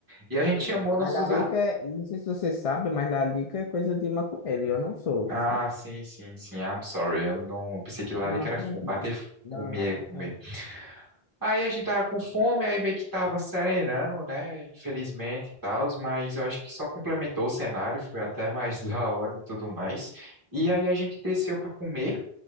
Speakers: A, on the right; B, on the left.
A: E a gente
B: Sim,
A: chamou
B: Mas
A: nossos
B: larica,
A: amigos.
B: é- não sei se você sabe, mas larica é coisa de maconheiro, e eu não sou,
A: Ah,
B: sabe?
A: sim, sim, sim, I'm sorry. Eu não eu pensei que larica
B: Não,
A: era
B: tranquilo.
A: fome, bater, f-
B: Não,
A: comer,
B: não.
A: comer.
B: É,
A: Aí a gente tava com fome, aí meio que tava serenando, né? Infelizmente e tal, mas eu acho que só complementou o cenário, foi até mais <laughs> da hora e tudo mais. E aí a gente desceu pra comer